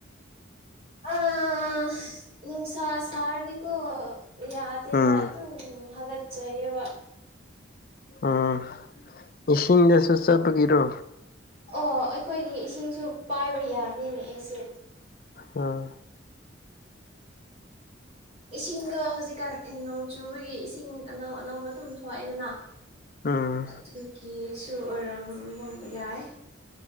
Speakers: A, on the right (about 30°); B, on the left (about 45°).
A: ꯑꯥ ꯅꯨꯡꯁꯥ ꯁꯥꯔꯗꯤꯀ‌ꯣ ꯌꯥꯗ‌ꯦꯕ
B: ꯎꯝ
A: ꯑꯗꯨꯝ ꯍꯒꯠꯆꯩꯌ‌ꯦꯕ
B: ꯎꯝ ꯏꯁꯤꯡꯗꯁꯨ ꯆꯠꯄꯒꯤꯔꯣ
A: ꯑꯣ ꯑꯩꯈꯣꯏꯒꯤ ꯏꯁꯤꯡꯁꯨ ꯄꯥꯏꯕ ꯌꯥꯗꯦꯅꯦ ꯑꯩꯁꯦ
B: ꯎꯝ
A: ꯏꯁꯤꯡꯗꯣ ꯍꯧꯖꯤꯛꯀꯥꯟ ꯅꯣꯡ ꯆꯨꯕꯒꯤ ꯏꯁꯤꯡ ꯑꯅꯧ ꯑꯅꯧꯕ ꯑꯗꯨꯝ ꯊꯣꯛꯑꯦꯗꯅ
B: ꯎꯝ
A: ꯑꯗꯨꯒꯤꯁꯨ ꯑꯣꯏꯔꯝꯕ ꯌꯥꯏ